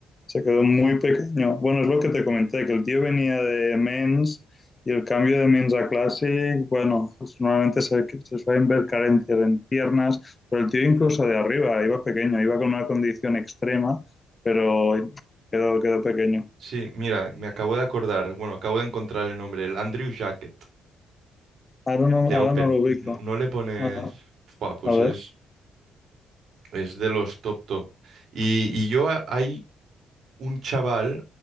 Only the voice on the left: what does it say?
Se quedó muy pequeño. Bueno, es lo que te comenté, que el tío venía de Men's y el cambio de Men's a Classic, bueno, pues normalmente se, se suelen ver carencias en piernas, pero el tío incluso de arriba iba pequeño, iba con una condición extrema, pero quedó, quedó pequeño.
Ahora no,
ahora no lo ubico.
Ajá.
A ver,